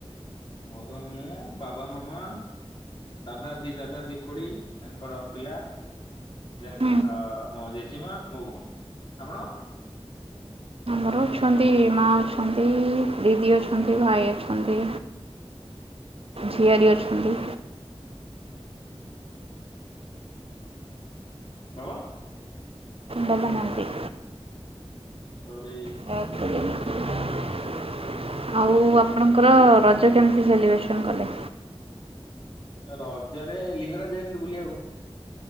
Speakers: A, on the left (about 50°); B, on the right (about 65°).
A: ମୋର ମୁଁ ବାବା ମାମା। ତାପରେ ଦି ଦାଦା ଦି ଖୁଡି ତାଙ୍କର ପିଲା। ଦେନ୍
B: ହୁଁ
A: ଅ ମୋ ଜେଜେମା ମୋ ଭଉଣୀ, ଆପଣଙ୍କ?
B: ମୋର ଅଛନ୍ତି ମା ଅଛନ୍ତି, ଦିଦି ଅଛନ୍ତି, ଭାଇ ଅଛନ୍ତି। ଝିଆରି ଅଛନ୍ତି।
A: ବାବା?
B: ବାବା ନାହାଁନ୍ତି।
A: ସରି।
B: ଡେଥ କରିଯାଇଛନ୍ତି। ଆଉ ଆପଣଙ୍କର ରଜ କେମିତି ସେଲିବ୍ରେସନ୍ କଲେ?
A: ରଜରେ ଲିଙ୍ଗରାଜ ଯାଇଥିଲୁ ବୁଲି ଆଉ।